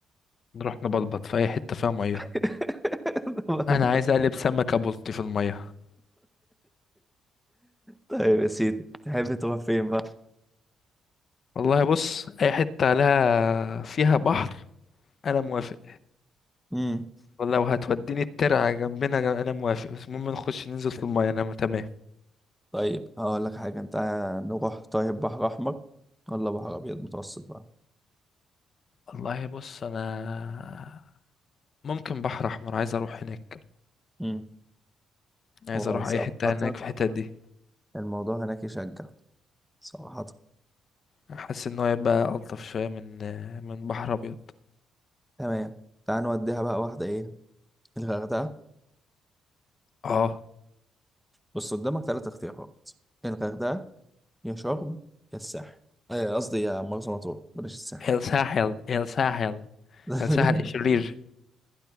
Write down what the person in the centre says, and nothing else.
<laughs> والله
طيب يا سيدي تحب تروح فين بقى
امم
طيب هقول لك حاجة انت نروح طيب بحر احمر ولا بحر ابيض متوسط بقى
امم
هو
صراحة
الموضوع هناك يشجع صراحة
تمام تعال نوديها بقى واحدة إيه الغردقة
بص قدامك ثلاث اختيارات يا الغردقة يا شرم يا الساحل إيه قصدي يا مرسى مطروح بلاش الساحل
<laughs>